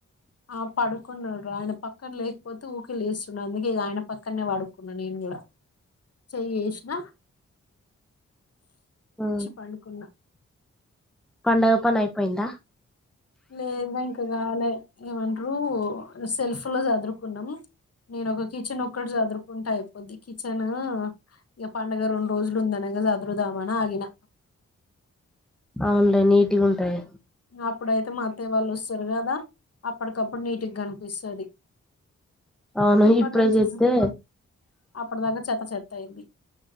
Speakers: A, on the left; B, in the centre.
A: ఆ పడుకున్నాడు ఆయన పక్కన లేకపోతే ఊకే లేస్తున్నా అందుకే ఇ ఆయన పక్కనే పడుకున్నా నేను కూడా చెయ్యి ఏసిన
B: ఉ
A: పండుకున్నా
B: పండగ పనయి పోయిందా
A: లేదు నంకు రాలే ఏమంట్రు సెల్ఫ్ లో చదురుకున్నాం నేను ఒక కిచెన్ ఒక్కటి చదురుకుంటా అయిపోద్ది కిచెన్ ఇగ పండుగ రెండు రోజులు ఉందనగా చదురుదామని ఆగినా
B: అవునులే నీట్ గా ఉంటాయి
A: అప్పుడైతే మా అత్త వాళ్ళు వస్తారు కదా అప్పటికప్పుడు నీటుగ కనిపిస్తది
B: అవును
A: ఇప్పటి
B: ఇప్పుడే
A: నుంచి
B: చెత్తే
A: <unintelligible> అప్పటి దాక చెత్త చె తైంది